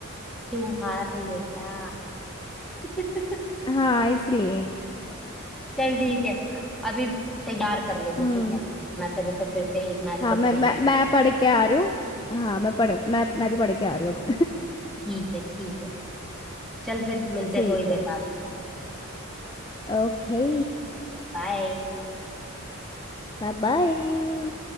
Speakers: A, in the centre; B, on the left.
A: क्यों हार रही है क्या <laughs>
B: हाँ इसलिए
A: चल ठीक है अभी तैयार कर ले तू
B: हम्म
A: ठीक है मैं तेरे से फिर से एक मैच
B: हाँ
A: तो
B: मैं
A: खेलूंगी
B: मैं मैं पढ़ के आ रही हूँ हाँ मैं पढ़ मैं मैं भी पढ़ के आ रही हूँ अब
A: ठीक है ठीक है चल फिर मिलते
B: <laughs> ठीक
A: हैं थोड़ी देर
B: है
A: बाद
B: ओके
A: बाय
B: Bye bye